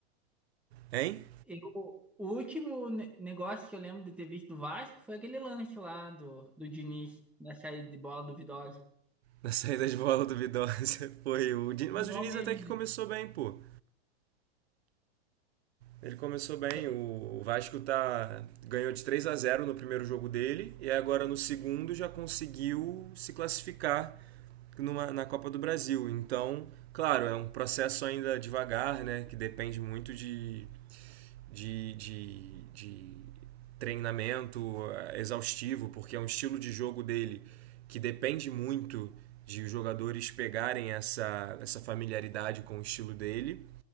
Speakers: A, on the right; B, in the centre.
A: Hein?
B: Eu- o último ne- negócio que eu lembro de ter visto do Vasco foi aquele lance lá do, do Diniz, da saída de bola duvidosa.
A: na saída de bola duvidosa <laughs> foi o Diniz. Mas
B: Virou
A: o Diniz
B: meme,
A: até que
B: né?
A: começou bem, pô. Ele começou bem,
B: É
A: o Vasco tá ganhou de 3 a zero no primeiro jogo dele e agora no segundo já conseguiu se classificar numa, na Copa do Brasil. Então, claro, é um processo ainda devagar, né, que depende muito de de, de, de treinamento eh, exaustivo, porque é um estilo de jogo dele que depende muito de os jogadores pegarem essa, essa familiaridade com o estilo dele.